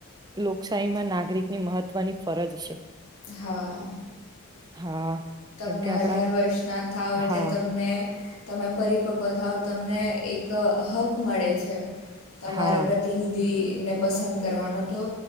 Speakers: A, on the right; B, on the left.
A: લોકશાહીમા નાગરિકની, મહત્વની ફરજ છે.
B: હા.
A: હા.
B: તમને
A: કેમકે
B: અઢાર
A: આપડા
B: વર્ષના થાવ, એટલે
A: હા
B: તમને તમે પરરી પકવન થાવ, તમને એક હક, મળે છે. તમારા
A: હા
B: પ્રતિનિધિ ને પસંદ કરવાનો, તો